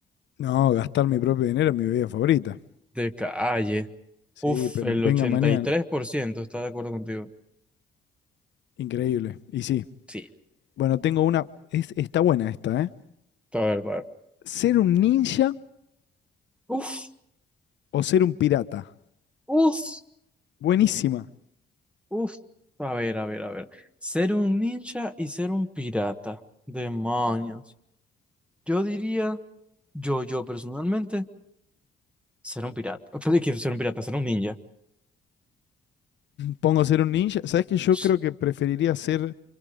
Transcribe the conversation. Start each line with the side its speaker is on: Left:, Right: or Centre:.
Left: No, gastar mi propio dinero en mi bebida favorita.
Centre: De calle.
Left: Sí,
Centre: Uf,
Left: pero
Centre: el
Left: venga
Centre: ochenta
Left: mañana.
Centre: y tres por ciento, está de acuerdo contigo.
Left: Increíble. Y sí.
Centre: Sí,
Left: Bueno, tengo una. es- está buena esta, ¿eh?
Centre: a ver, a ver.
Left: ¿Ser un ninja
Centre: Uf,
Left: o ser un pirata?
Centre: uf,
Left: Buenísima.
Centre: uf. A ver, a ver, a ver. Ser un ninja y ser un pirata. Demonios. Yo diría, yo, yo personalmente, ser un pirata. ¿Qué le quiero ser un pirata? Ser un ninja.
Left: Pongo ser un ninja. ¿Sabes que yo
Centre: Ps,
Left: creo que preferiría ser.